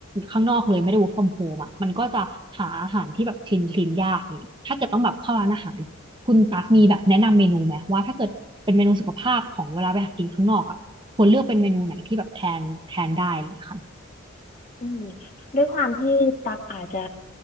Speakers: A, on the right; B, on the left.
A: ข้างนอกเลยไม่ได้ work from home อ่ะมันก็จะหาอาหารที่แบบคลีนคลีนยากเนี่ยถ้าเกิดต้องแบบเข้าร้านอาหารคุณตั๊กมีแบบแนะนำเมนูไหมว่าถ้าเกิดเป็นเมนูสุขภาพของเวลาไปหากินข้างนอกอ่ะควรเลือกเป็นเมนูไหนที่แบบแทนแทนได้อะไรอย่างเลยค่ะ
B: อืมด้วยความที่ตักอาจจะ